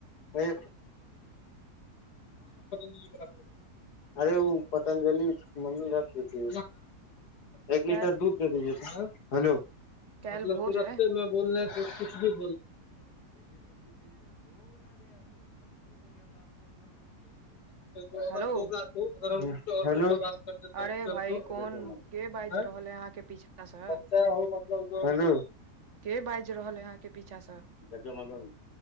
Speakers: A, on the left (about 70°); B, on the right (about 55°).
A: हय <unintelligible> अरे ओ पतंजलि मम्मी रखी थी
B: काल्हि
A: एक लीटर दूध हेलो
B: काल्हि
A: मतलब
B: भोज
A: तुरत्ते
B: अइ
A: मे बोलने क कुछ <unintelligible> <unintelligible> <unintelligible>
B: हेलो
A: हेलो करते
B: अरे भाई
A: तो
B: कोन के बाजि रहल हे अहां के पीछा से
A: त है मतलब जे हेलो
B: के बाजि रहल यै अहाँ के पीछा से
A: जच मगन